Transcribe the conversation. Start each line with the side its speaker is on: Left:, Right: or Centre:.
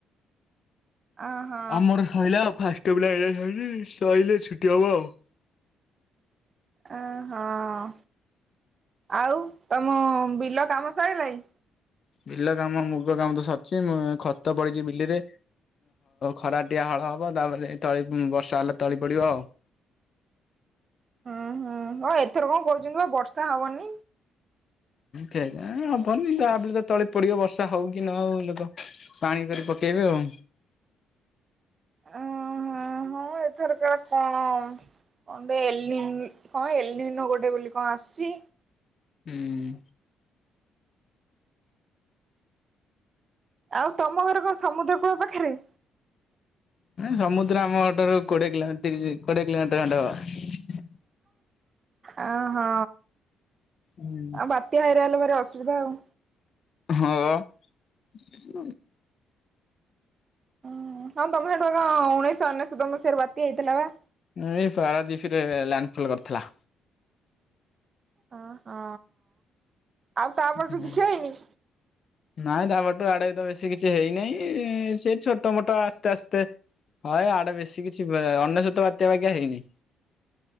Right: ଅହୋ
Left: ଆମର ଶଇଲା ଫାଷ୍ଟ <unintelligible> ସଇଲେ ଛୁଟି ହବ ଆଉ
Right: ଅ ହଁ ଆଉ ତମ ବିଲ କାମ ସରିଲାଣି
Left: ବିଲ କାମ ମୁଗ କାମ ତ ସରିଛି ଖତ ପଡିଛି ବିଲରେ, ଖରା ଟିଆ ହଳ ହବ, ତାପରେ ତଳି ବର୍ଷା ହେଲେ ତଳି ପଡିବ ଆଉ
Right: ହୁଁ ହୁଁ ହଁ ଏଥର କଣ କହୁଛନ୍ତି ପା ବର୍ଷା ହବନି
Left: କେଜାଣି ହବନି ତାପରେ ତ ତଳି ପଡିବ ବର୍ଷା ହଉ କି ନ ହଉ ତ ପାଣି କରି ପକେଇବେ ଆଉ
Right: ଉଁ--ହଁ ଏଥରକାର କଣ ଏଲି ହଁ ଏଲିନୋ ଗୋଟେ ବୋଲି କଣ ଆସୁଛି
Left: ହୁଁ
Right: ଆଉ ତମ ଘର କଣ ସମୁଦ୍ର କୂଳ ପାଖରେ?
Left: ସମୁଦ୍ର ଆମଘରଠାରୁ କୋଡିଏ କିଲ ତିରିଶି କୋଡିଏ କିଲୋମିଟର ଖଣ୍ଡେ ହବ।
Right: ଅ ହଁ
Left: ହୁଁ।
Right: ଆ ବତିଆ ଭାଇରାଲ ଟିକେ ଅସୁବିଧା ଆଉ
Left: ହଁ ପା
Right: ହୁଁ ହଉ ତମେ ସେଠୁ କଣ ଉଣେଇଶହ ଅନେଶତ ମସିହାରେ ବାତ୍ୟା ହେଇଥିଲା ପା।
Left: ଏଇ ପାରାଦୀପରେ ଲ୍ୟାଣ୍ଡଫଲ କରିଥିଲା।
Right: ହଁ ହଁ ଆଉ ତାପରଠୁ
Left: ହୁଁ
Right: କିଛି ହେଇନି
Left: ନାଇଁ ତାପରଠୁ ଆଡେ ତ ବେଶୀ କିଛି ହେଇନେଇ ସେ ଛୋଟ ମୋଟ ଆସ୍ତେ ଆସ୍ତେ ହ ଆଡେ ବେଶୀ କିଛି ହୁଏନି ଅନେଶତ ବାତ୍ୟା ବାକ୍ୟା ହେଇନି।